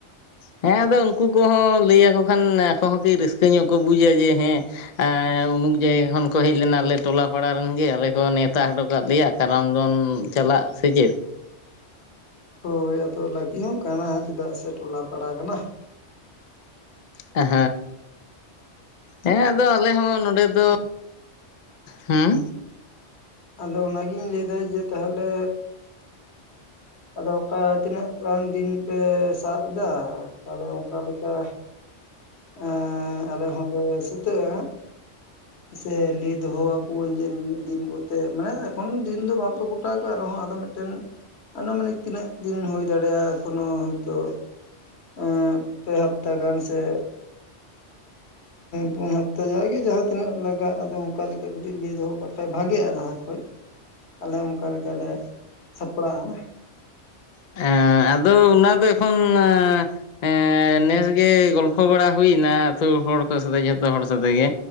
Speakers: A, on the left; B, on the left.
A: ᱦᱮᱸ ᱟᱫᱚ ᱩᱱᱠᱩ ᱠᱚᱦᱚᱸ ᱞᱟᱹᱭᱟᱠᱚ ᱠᱷᱟᱱ ᱟᱠᱚ ᱦᱚᱸ ᱠᱤ ᱨᱟᱹᱥᱠᱟᱹ ᱧᱚᱜ ᱠᱚ ᱵᱩᱡᱟ ᱡᱮᱹ ᱦᱮᱸ ᱟ ᱩᱢᱩᱠ ᱡᱟᱭᱜᱟ ᱠᱷᱚᱱ ᱠᱚ ᱦᱮᱡ ᱞᱮᱱᱟ ᱟᱞᱮ ᱴᱚᱞᱟ ᱯᱟᱲᱟ ᱨᱮᱱ ᱜᱮ ᱟᱞᱮ ᱠᱚ ᱱᱮᱣᱛᱟ ᱦᱚᱴᱚ ᱠᱟᱜ ᱞᱮᱭᱟ ᱠᱟᱨᱟᱢ ᱫᱚᱱ ᱪᱟᱞᱟᱜ ᱥᱮ ᱪᱮᱫ
B: ᱦᱳᱭ ᱟᱫᱚ ᱞᱟᱹᱠᱛᱤ ᱦᱚᱸ ᱠᱟᱱᱟ ᱪᱮᱫᱟᱜ ᱥᱮ ᱴᱚᱞᱟ ᱯᱟᱲᱟ ᱠᱟᱱᱟ
A: ᱦᱮᱸ ᱦᱮᱸ ᱟᱫᱚ ᱟᱞᱮ ᱦᱚᱸ ᱱᱚᱰᱮ ᱫᱚ ᱦᱩᱸ
B: ᱟᱫᱚ ᱚᱱᱟᱜᱤᱧ ᱞᱟᱹᱭᱮᱫᱟ ᱡᱮᱹ ᱛᱟᱦᱚᱞᱮ ᱟᱫᱚ ᱚᱠᱟ ᱛᱤᱱᱟᱹᱜ ᱜᱟᱱ ᱫᱤᱱ ᱯᱮ ᱥᱟᱵ ᱮᱫᱟ ᱛᱟᱦᱞᱮ ᱚᱱᱠᱟ ᱞᱮᱠᱟ ᱮᱸ ᱟᱞᱮ ᱦᱚᱸᱞᱮ ᱥᱤᱛᱟᱹᱜᱼᱟ ᱥᱮ ᱞᱟᱹᱭ ᱫᱚᱦᱚᱣᱟᱠᱚᱣᱟᱹᱧ ᱡᱮ ᱱᱤᱱᱟᱹᱜ ᱫᱤᱱ ᱠᱚ ᱛᱮ ᱢᱟᱱᱮ ᱮᱠᱷᱚᱱ ᱫᱤᱱ ᱫᱚ ᱵᱟᱝᱯᱮ ᱜᱚᱴᱟ ᱠᱟᱜ ᱨᱮᱦᱚᱸ ᱟᱫᱚ ᱢᱤᱫᱴᱮᱱ ᱟᱱᱩᱢᱟᱱᱤᱠ ᱛᱤᱱᱟᱹᱜ ᱫᱤᱱ ᱦᱩᱭ ᱫᱟᱲᱮᱭᱟᱜᱼᱟ ᱠᱳᱱᱚ ᱦᱳᱭᱛᱳ ᱮᱸ ᱯᱮ ᱦᱟᱯᱛᱟ ᱜᱟᱱ ᱥᱮ ᱯᱩᱱ ᱦᱟᱯᱛᱟ ᱡᱟᱜᱮ ᱡᱟᱦᱟᱸ ᱛᱤᱱᱟᱹᱜ ᱞᱟᱜᱟᱜ ᱟᱫᱚ ᱚᱱᱠᱟ ᱞᱮᱠᱟ ᱠᱟᱹᱴᱤᱡ ᱞᱟᱹᱭ ᱫᱚᱦᱚ ᱠᱟᱜ ᱠᱷᱟᱱ ᱵᱷᱟᱜᱮᱹᱜᱼᱟ ᱞᱟᱦᱟ ᱠᱷᱚᱡ ᱟᱞᱮ ᱚᱱᱠᱟᱞᱮᱠᱟ ᱞᱮ ᱥᱟᱯᱲᱟᱜᱼᱟ᱾
A: ᱮ ᱟᱫᱚ ᱚᱱᱟ ᱫᱚ ᱮᱠᱷᱚᱱ ᱮᱸ ᱱᱮᱥ ᱜᱮ ᱜᱚᱞᱯᱚ ᱵᱟᱲᱟ ᱦᱩᱭᱱᱟ ᱟᱹᱛᱩ ᱦᱚᱲ ᱠᱚ ᱥᱟᱛᱮ ᱡᱚᱛᱚ ᱦᱚᱲ ᱥᱟᱛᱮᱜ ᱜᱮ